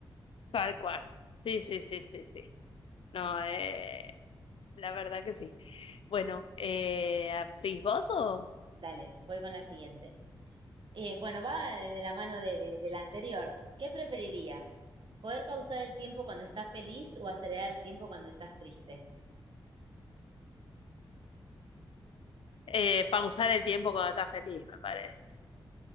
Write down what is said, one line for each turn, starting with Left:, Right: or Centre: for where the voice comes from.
Left: tal cual. Sí, sí, sí, sí, sí. No, eh, la verdad que sí. Bueno, eh, ¿seguís vos o...?
Right: Dale, voy con la siguiente. Eh, bueno, va de la mano de, de la anterior. ¿Qué preferirías? ¿Poder pausar el tiempo cuando estás feliz o acelerar el tiempo cuando estás triste?
Left: Eh, pausar el tiempo cuando estás feliz, me parece.